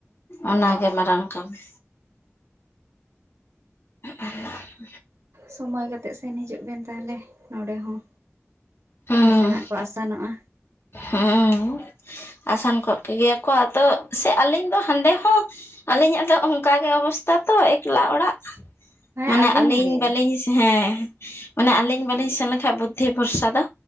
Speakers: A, on the left; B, on the right.
A: ᱚᱱᱟ ᱜᱮ ᱢᱟᱨᱟᱝ ᱠᱟᱹᱢᱤ᱾ <unintelligible>
B: ᱥᱳᱢᱳᱭ ᱠᱟᱛᱮᱜ ᱥᱮᱱ ᱦᱤᱡᱩᱜ ᱵᱤᱱ ᱛᱟᱦᱚᱞᱮ᱾ ᱱᱚᱰᱮ ᱦᱚᱸ᱾
A: ᱦᱩᱸ
B: ᱱᱟᱥᱮᱱᱟ-ᱜ ᱠᱚ ᱟᱥᱟᱱᱚᱜᱼᱟ᱾
A: ᱦᱩᱸ ᱟᱥᱟᱱ ᱠᱚᱜ ᱠᱜᱮᱭᱟ ᱠᱚ᱾ ᱟᱫᱚ ᱥᱮ ᱟᱹᱞᱤᱧ ᱫᱚ ᱦᱟᱸᱰᱮ ᱦᱚᱸ᱾ ᱟᱹᱞᱤᱧ ᱟᱜ ᱫᱚ ᱚᱱᱠᱟ ᱜᱮ ᱚᱵᱚᱥᱛᱷᱟ ᱛᱚ, ᱮᱠᱞᱟ ᱚᱲᱟ-ᱜ
B: ᱦᱮᱸ
A: ᱢᱟᱱᱮ
B: ᱟᱵᱮᱱ
A: ᱟᱹᱞᱤᱧ
B: ᱜᱮ
A: ᱵᱟᱹᱞᱤᱧ ᱦᱮᱸ ᱢᱟᱱᱮ ᱟᱹᱞᱤᱧ ᱵᱟᱹᱞᱤᱧ ᱥᱮᱱ ᱞᱮᱱᱠᱷᱟᱱ᱾ ᱵᱩᱫᱽᱫᱷᱤ ᱵᱷᱚᱨᱥᱟ ᱫᱚ